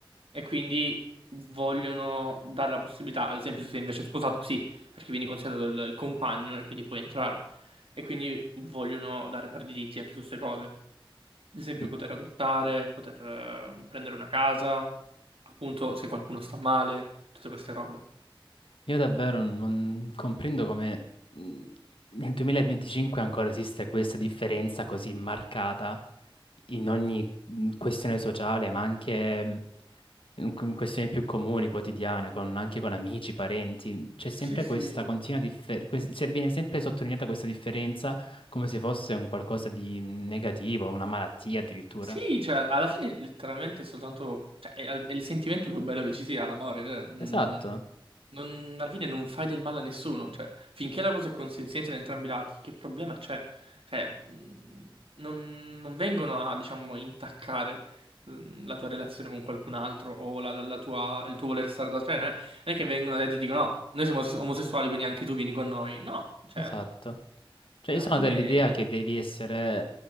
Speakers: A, on the right; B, on the left.
A: e quindi vogliono dare la possibilità, ad esempio se sei invece sposato, sì, perché vieni considerato il, il compagno e quindi puoi entrare e quindi vogliono dare pari diritti anche su queste cose. Ad esempio
B: I-
A: poter adottare, poter eh, prendere una casa, appunto se qualcuno sta male, tutte queste robe.
B: Io davvero non comprendo come mh, nel 2025 ancora esiste questa differenza così marcata in ogni mh, questione sociale, ma anche mh, in in questioni più comuni, quotidiane, con- anche con amici, parenti, c'è sempre
A: Sì, sì.
B: questa continua differenza, viene sempre sottolineata questa differenza come se fosse un qualcosa di mm, negativo, una malattia addirittura.
A: Sì, cioè, alla fine letteralmente è soltanto... Cioè, è, è il sentimento più bello che ci sia, l'amore. cioè, mm.
B: Esatto,
A: Non- alla fine non fai del male a nessuno, cioè, finché la cosa è consenziente da entrambi i lati, che problema c'è? Cioè, mh, non, non vengono a, diciamo, intaccare mh, la tua relazione con qualcun altro o la- la- la tua- il tuo voler stare da te, eh. non è che vengono e ti dicono no, noi siamo os- omosessuali, quindi anche tu vieni con noi. No, cioè,
B: esatto. Cioè,
A: alla
B: io sono
A: fine,
B: dell'idea che devi essere